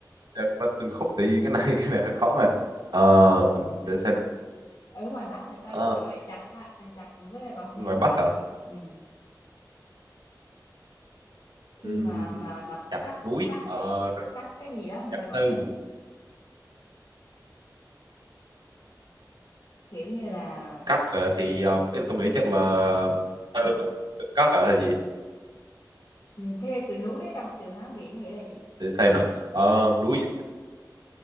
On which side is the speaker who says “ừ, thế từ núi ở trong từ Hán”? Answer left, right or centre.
Left